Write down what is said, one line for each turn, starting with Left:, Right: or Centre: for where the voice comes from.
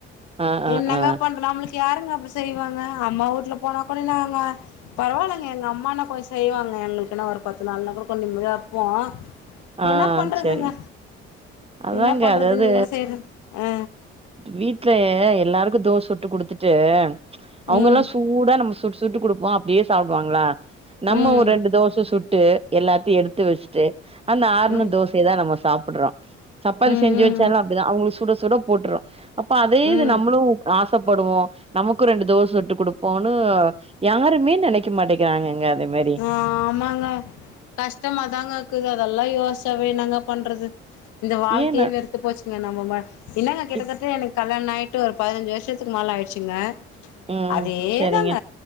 Right: ஆ, ஆ,
Left: என்னங்க
Right: ஆ.
Left: பண்லா நம்மளுக்கு யாருங்க அப்டி செய்வாங்க அம்மா வீட்ல போனா கூட நாங்க பரவாலங்க எங்க அம்மானா கொஞ்ச செய்வாங்க எங்களுக்கு என்னா ஒரு பத்து நாள்ன்னா கூட கொஞ்ச நிம்மதியா இருப்போ
Right: ஆ,
Left: என்ன பண்றதுங்க
Right: சரிங்க. அதாங்க
Left: என்ன பண்றது
Right: அதாவது
Left: நீங்களு செய்ற அ
Right: வீட்ல எல்லாருக்கு தோச சுட்டு குடுத்துட்டு அவுங்க
Left: ம்
Right: எல்லா சூடா நம்ம சுட்டு சுட்டு குடுப்போ அப்டியே சாப்டுவாங்களா நம்ம
Left: ம்
Right: ஒரு ரெண்டு தோச சுட்டு எல்லாத்தையு எடுத்து வச்சுட்டு அந்த ஆறுன
Left: ம்
Right: தோ சையதா நம்ம சாப்புட்றோ சப்பாத்தி
Left: ம்
Right: செஞ்சு
Left: ம்
Right: வச்சாலு அப்டிதா அவுங்களுக்கு சுட சுட போட்றோ அப்போ அதே இது
Left: ம் ம்
Right: நம்மளு ஆசப்படுவோ நமக்கு ரெண்டு தோச சுட்டு குடுப்போனு யாருமே நெனக் க்க மாட்டேகிறாங்கங்க அதே மேரி
Left: ஆ ஆமாங்க கஷ்டமா தாங்க இக்குது அதெல்லா யோச்சாவே என்னங்க பண்றது இந்த வாழ்க்கயே
Right: ஏ நா
Left: வெறு த்து போச்சுங்க நம்ம என்னாங்க கிட்டத்தட்ட
Right: இப்
Left: எனக்கு கல்யாண ஆயிட்டு ஒரு பதினஞ்சு வருஷத்துக்கு மேல ஆய்ருச்சுங்க
Right: ம்
Left: அதே
Right: சரிங்க
Left: தாங்க